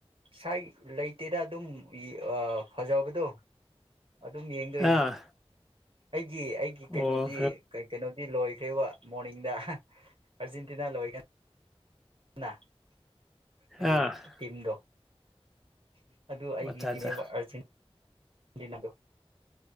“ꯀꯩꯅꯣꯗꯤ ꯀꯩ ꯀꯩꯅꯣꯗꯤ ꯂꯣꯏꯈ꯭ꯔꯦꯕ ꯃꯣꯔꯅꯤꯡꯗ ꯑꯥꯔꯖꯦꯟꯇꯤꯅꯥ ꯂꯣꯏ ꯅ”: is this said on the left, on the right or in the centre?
Right